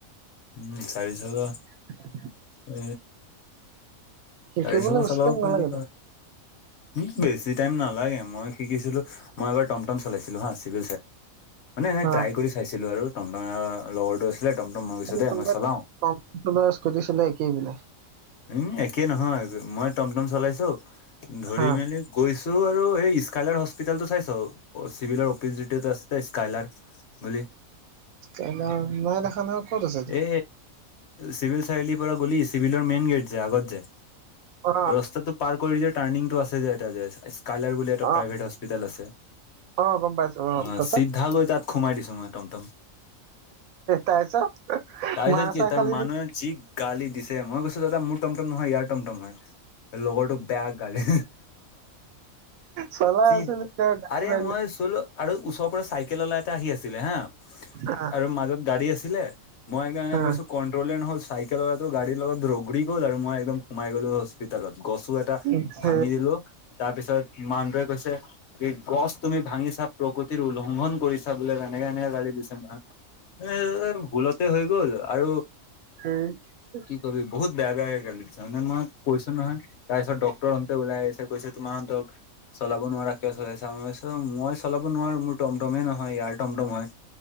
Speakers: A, on the left; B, on the right.
A: উম চাৰি চকা
B: <unintelligible>
A: এ
B: শিকিবলৈ
A: চাৰি চাব
B: বেছি
A: চলাব
B: টাইম
A: পাৰিলে,
B: নালাগে নহয় শিকিবলৈ বেছি টাইম নালাগেতো
A: উম বেছি টাইম নালাগে মই শিকিছিলোঁ, মই এবাৰ টমটম চলাইছিলো হা মানে, এনেই
B: হা
A: ট্ৰাই কৰি চাইছিলো আৰু তমট লগৰটো ছিলে টমটম পিছতে
B: যদি
A: দেই
B: কোনোবাই
A: মই চলাওঁ
B: কম্পিউটাৰ চলোৱা স্কুটি চলোৱা একেই বোলে
A: উম একে নহয় মই টমটম চলাইছো ধৰি
B: হা
A: মেলি গৈছোঁ ত আৰু এই স্কাইলাৰ হস্পিটলতটো চাইছ, চিভিলৰ অপিচ আছে স্কাইলাৰ বুলি
B: <unintelligible> নাই দেখ ন ক'ত আছেটো
A: এ চিভিল চাৰিআলিৰ পৰা গ'লি চিভিলৰ মেইন গেট যে আগত যে।
B: অ
A: ৰাস্তাতটো পাৰ কৰি দিয় টাৰ্ণিং টো আছে যে এটা যে। স্কাইলাৰ বুলি এটা
B: অ অ
A: প্ৰাইভেট হস্পিতেল আছে
B: অ গম পাইছো
A: অ
B: তাৰপিছত
A: চিধ গৈ তাত সোমাই দিছে। মই টম টম।
B: তাইছ
A: তাৰপিছত
B: মাৰ
A: কি
B: চাই
A: তাৰ
B: খালি
A: মানুহে
B: নিক।
A: যি গালি দিছে। মই কৈছো দাদা মোৰ টমটম নহয় ইয়াৰ টমটমহ হয়। লগৰটোক বেয়া গালি
B: চলাই
A: চি।
B: আছিলো গাড়ী
A: আৰে মই চলো আৰু ওচৰৰ পৰা চাইকেল ওলাই এটা আহি আছিলে হা।
B: হা
A: আৰু মাজত গাড়ী আছিলে। মই একদম এনেকে
B: হা
A: কৈছো কন্ট্ৰলে নহ'ল, চাইকেল লগতো গাড়ীৰ লগত ৰোগ। ঘূৰি গ'ল আৰু মই একম সোমাই গ'লোঁ হস্পিেলত। গছো এটা
B: এই তই
A: ভাঙি দিলো তাৰ পিছত মানটোৱে কৈছে। গছ তুমি ভাঙিছা প্ৰকৃতিৰ উলংঘন। পৰিচা বোলে তেনেকে এনেকে গালি দিছে নহয়। এ ভুলতে হৈ গ'ল আৰু।
B: উম <unintelligible>
A: কি কবি বহুত বেয়া বেয়াকে গালি দিছে হয়নে মানে মই কৈছো নহয়। তাৰ পিছত ডাক্তৰ ৰন্টুৱে ওলাই আহিছে কৈছো। তোমাহতক চলাব নোৱাৰা কিয়, হয়ই আছা। মই হইছো মই চলাব নোৱাৰো মোৰ তম। ম কম টমে নহয় ইয়াৰ টমটম হয়